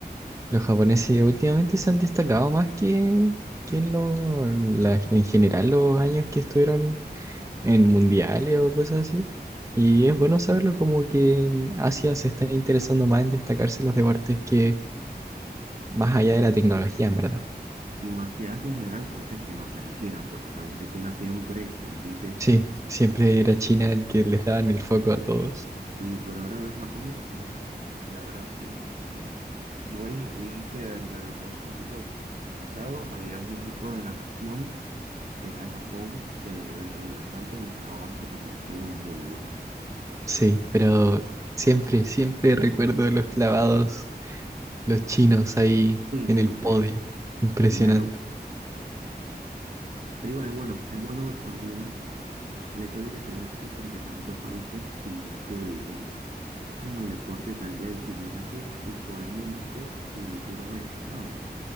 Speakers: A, on the right (about 20°); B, on the right (about 50°).
A: Los japoneses últimamente se han destacado más que, que en, lo- en la- en general los años que estuvieron en mundiales o cosas así. Y es bueno saberlo como que en Asia se están interesando más en destacarse los deportes que más allá de la tecnología, en verdad.
B: Y más que Asia en general, países que no sean China, porque según que China siempre compite.
A: Sí, siempre era China el que les daban el foco a todos.
B: Sí, pero ahora ver Japón, eh, la verdad, 100%. Y Igual vi que dentro de los Juegos Olímpicos del pasado había un equipo de natación que era de Japón, de, dentro de los saltos y los clavados, que también estuvo muy bueno.
A: Sí, pero siempre, siempre recuerdo los clavados, los chinos ahí
B: Sí,
A: en
B: sí,
A: el podio.
B: que,
A: Impresionante.
B: que claro. Pero igual es bueno, es bueno también el hecho de que tú veas que como que tantos países sí se dedican como el deporte y tal, y a disciplinas que usualmente tú, tú no ves, ¿sabes?